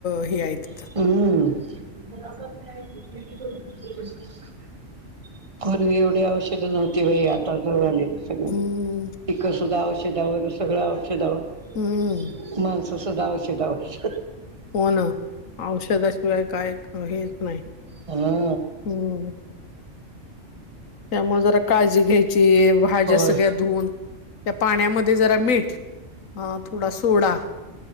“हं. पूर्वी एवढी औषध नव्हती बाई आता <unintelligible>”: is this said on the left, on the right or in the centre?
Right